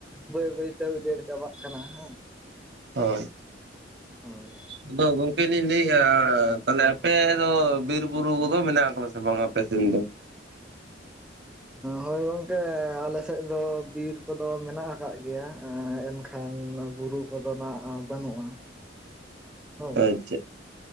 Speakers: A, in the centre; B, on the right.
A: ᱵᱟᱹᱭ ᱵᱟᱹᱭ ᱛᱮ ᱩᱡᱟᱹᱲ ᱪᱟᱵᱟᱜ ᱠᱟᱱᱟ ᱦᱮᱸ
B: ᱦᱳᱭ
A: ᱦᱳᱭ
B: ᱟᱫᱚ ᱜᱚᱝᱠᱮ ᱞᱤᱧ ᱞᱟᱹᱭᱮ-ᱟ ᱛᱟᱞᱦᱮ
A: ᱦᱳᱭ
B: ᱟᱯᱮ ᱫᱚ ᱵᱤᱨ ᱵᱩᱨᱩ ᱠᱚᱫᱚ ᱢᱮᱱᱟᱜ ᱟᱠᱟᱫᱟ ᱥᱮ ᱵᱟᱝ ᱟᱯᱮ ᱥᱮᱱ ᱫᱚ
A: ᱦᱳᱭ ᱜᱚᱝᱠᱮ ᱟᱞᱮ ᱥᱮᱫ ᱫᱚ ᱵᱤᱨ ᱠᱚᱫᱚ ᱢᱮᱱᱟᱜ ᱟᱠᱟᱜ ᱜᱮᱭᱟ ᱮᱱᱠᱷᱟᱱ ᱠᱷᱟᱱ ᱵᱩᱨᱩ ᱠᱚᱫᱚ ᱱᱟᱜ ᱵᱟᱹᱱᱩᱜ-ᱟ ᱦᱳᱭ
B: ᱟᱪᱪᱷᱟ